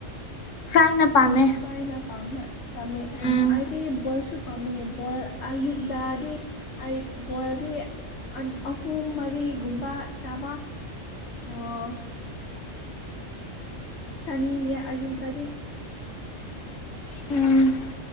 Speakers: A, on the left; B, on the left.
A: ꯐ꯭ꯔꯥꯏꯅ
B: <unintelligible>
A: ꯄꯥꯝꯃꯦ
B: ꯐ꯭ꯔꯥꯏꯅ ꯄꯥꯝꯅ ꯄꯥꯝꯃꯦ
A: ꯎꯝ
B: ꯑꯩꯗꯤ ꯕꯣꯏꯜꯁꯨ ꯄꯥꯝꯃꯦ ꯕꯣꯏꯜ ꯑꯌꯨꯛꯇꯗꯗꯤ ꯑꯩ ꯕꯣꯢꯜꯗꯤ ꯑꯟ ꯑꯍꯨꯝ ꯃꯔꯤꯒꯨꯝꯕ ꯆꯥꯕ ꯑꯣ ꯆꯥꯅꯤꯡꯉꯦ ꯑꯌꯨꯛꯇꯗꯤ
A: ꯎꯝ